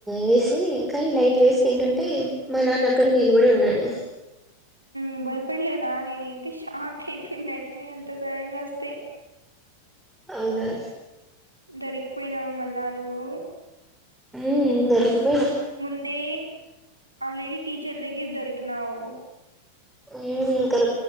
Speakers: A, in the centre; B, on the right.
A: వేసీ కాన్ లైట్ వేసి తింటుంటే మా నాన్న అక్కడె నిలబడి ఉన్నాడు
B: మ్ బయ్ పడ్ లేదా నేన్ ఏంటి షాక్ అయిపోయినట్లే అంత సడన్ గా అస్తే
A: ఔనా
B: దొరికిపోయినావ్ మళ్ళా ఊ
A: మ్ దొరికిపోయిన
B: ముందే ఆల్రెడి టీచర్ దగ్గర్ దొరికినావ్
A: మ్ కర్